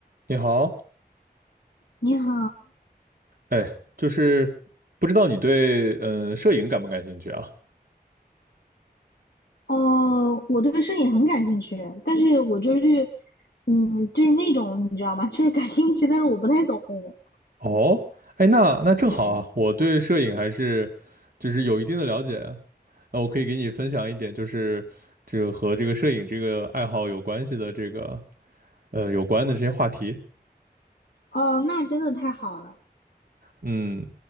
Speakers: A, on the right (about 60°); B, on the left (about 75°).
A: 你好，
B: 你好，
A: 哎，就是不知道你对嗯摄影感不感兴趣啊？
B: 呃，我对摄影很感兴趣，但是我就是，嗯，就是那种你知道吗？就是感兴趣，但是我不太懂。
A: 哦，哎，那那正好啊，
B: 对，
A: 我对摄影还是就是有一定的了解啊，那我可以给你分享一点，就是这个和这个摄影这个爱好有关系的这个呃有关的这些话题。
B: 哦，那真的太好了。
A: 嗯，